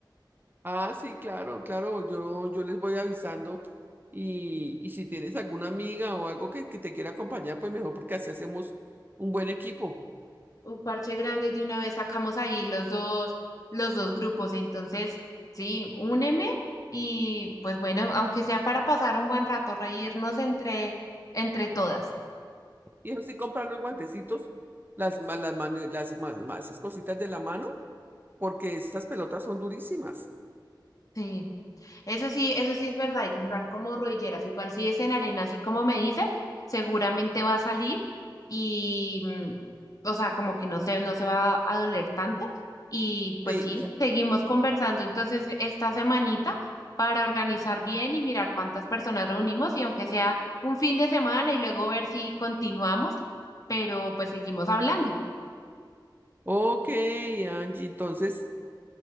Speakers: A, on the right; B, on the left.
A: Ah, sí, claro, claro, yo, yo les voy avisando y, y si tienes alguna amiga o algo que, que te quiera acompañar, pues mejor porque así hacemos un buen equipo.
B: Un parche grande y de una vez sacamos ahí los dos, los dos grupos. Entonces, sí, úneme y pues bueno, aunque sea para pasar un buen rato, reírnos entre, entre todas.
A: Y eso sí, comprar los guantecitos, las, ma- las, mane- las, ma- ma- esas cositas de la mano, porque esas pelotas son durísimas.
B: Sí. Eso sí, eso sí es verdad, y comprar como rodilleras, igual si es en arena, así como me dices, seguramente va a salir y, mm, o sea, como que no se, no se va a doler tanto. Y pues
A: Sí.
B: sí, seguimos conversando entonces esta semanita para organizar bien y mirar cuántas personas reunimos y aunque sea un fin de semana y luego ver si continuamos, pero pues seguimos hablando.
A: Ok, Angie, entonces